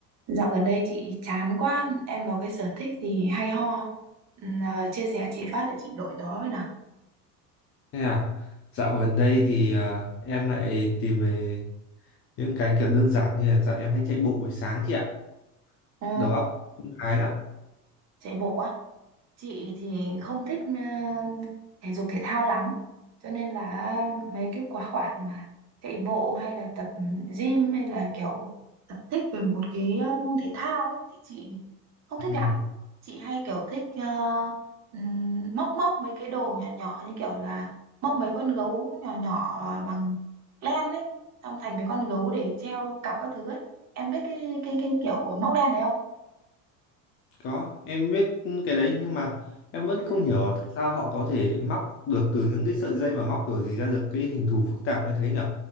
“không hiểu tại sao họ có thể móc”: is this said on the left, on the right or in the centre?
Left